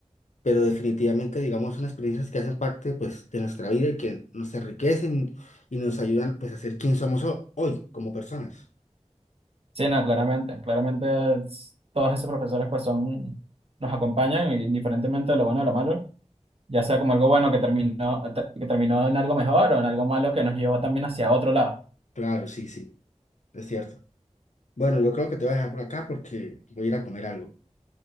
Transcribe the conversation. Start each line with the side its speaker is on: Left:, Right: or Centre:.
Left: pero definitivamente, digamos, son experiencias que hacen parte pues de nuestra vida y que nos enriquecen y nos ayudan pues a ser quien somos ho- hoy como personas.
Right: Sí, no, claramente, claramente s- todos esos profesores pues son, nos acompañan y indiferentemente de lo bueno o lo malo, ya sea como algo bueno que terminó, te- que terminó en algo mejor o en algo malo que nos llevó también hacia otro lado.
Left: Claro, sí, sí, es cierto. Bueno, yo creo que te voy a dejar por acá porque voy a ir a comer algo.